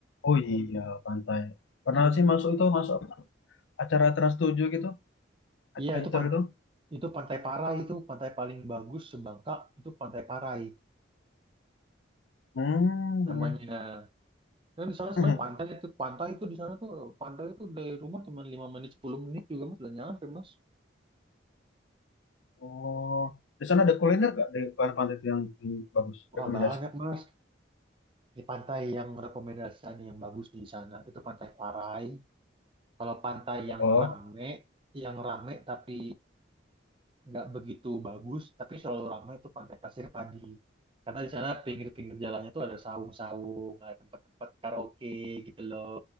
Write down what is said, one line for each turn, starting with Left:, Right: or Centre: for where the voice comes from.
Left: Oh iya, pantai. Pernah
Right: Iya,
Left: sih masuk itu, masuk apa? acara Trans 7 gitu, adventure
Right: iya itu pan
Left: itu.
Right: itu Pantai Parai itu pantai paling bagus sebangka itu Pantai Parai
Left: Hmm.
Right: namanya. Nah, di sana sebenarnya
Left: <clears throat>
Right: pantai
Left: <laughs>
Right: itu pantai itu di sana tuh pantai itu dari rumah cuma 5 menit 10 menit juga mas udah nyampe mas.
Left: Oh, di sana ada kuliner gak di pantai itu yang, yang bagus,
Right: Wah
Left: rekomendasi?
Right: banyak mas di pantai yang rekomendasi yang bagus di sana itu Pantai Parai Kalau pantai
Left: Oh,
Right: yang rame, yang rame tapi nggak begitu bagus, tapi selalu ramai itu pantai Pasir Padi. Karena di sana pinggir-pinggir jalannya tuh ada saung-saung, ada tempat-tempat karaoke gitu loh.